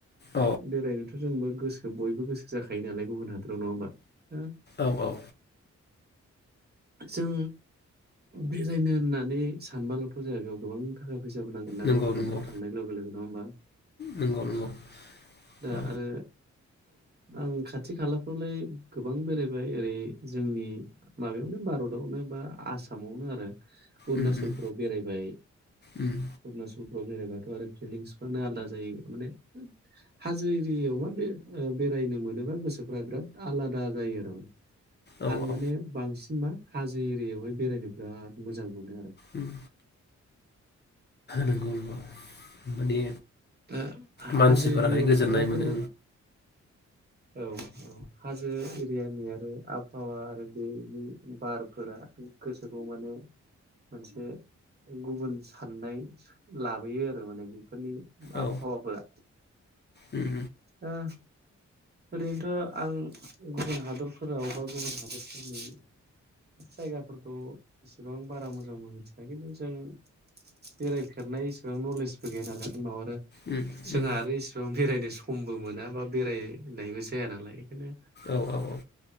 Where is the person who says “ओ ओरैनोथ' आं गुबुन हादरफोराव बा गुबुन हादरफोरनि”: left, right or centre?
Right